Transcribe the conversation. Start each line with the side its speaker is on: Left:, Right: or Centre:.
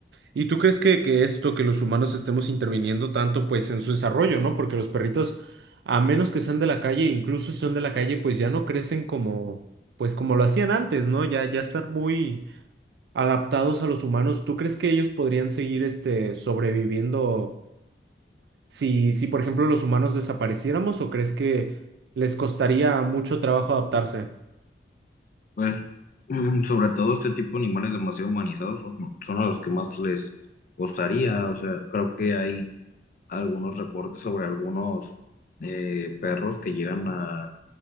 Right: ¿Y tú crees que, que esto, que los humanos estemos interviniendo tanto, pues en su desarrollo, ¿no? Porque los perritos, a menos que sean de la calle, incluso si son de la calle, pues ya no crecen como, pues como lo hacían antes, ¿no? Ya, ya están muy adaptados a los humanos. ¿Tú crees que ellos podrían seguir, este, sobreviviendo si, si, por ejemplo, los humanos desapareciéramos o crees que les costaría mucho trabajo adaptarse?
Left: Pues mm, sobre todo este tipo de animales demasiado humanizados son, son a los que más les costaría, o sea, creo que hay algunos reportes sobre algunos eh, perros que llegan a